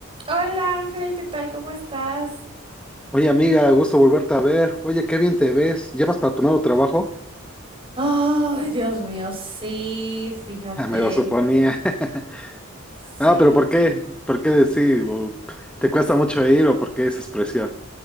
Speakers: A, on the right; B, in the centre.
A: Hola Ángel, ¿qué tal? ¿Cómo estás?
B: Oye, amiga, gusto volverte a ver. Oye, qué bien te ves. ¿Llevas para tu nuevo trabajo? <laughs>
A: Ay, Dios mío, sí, fíjate,
B: Ah, Me lo suponía. <laughs>
A: Sí.
B: Ah, pero ¿por qué? ¿Por qué decir? ¿O ¿Te cuesta mucho ir o por qué esa expresión?